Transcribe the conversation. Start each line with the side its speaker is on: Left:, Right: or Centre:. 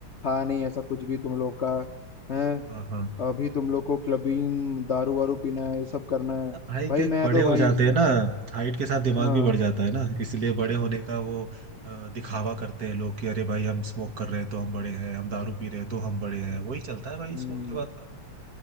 Left: था नहीं ऐसा कुछ भी तुम लोग का है
Right: हाँ हाँ
Left: अभी तुम लोग को क्लबिंग दारू वारू पीना है ये सब करना है
Right: अब भाई
Left: भाई
Right: देख
Left: मैं
Right: बड़े
Left: तो
Right: हो
Left: भाई
Right: जाते हैं ना हाइट के साथ दिमाग
Left: हाँ
Right: भी बढ़ जाता है ना इसलिए बड़े होने का वो अ, दिखावा करते हैं लोग कि अरे भाई हम स्मोक कर रहे हैं तो हम बड़े हैं हम दारू पी रहे हैं तो हम बड़े हैं वही चलता है भाई
Left: हम्म
Right: स्कूल के बाद तो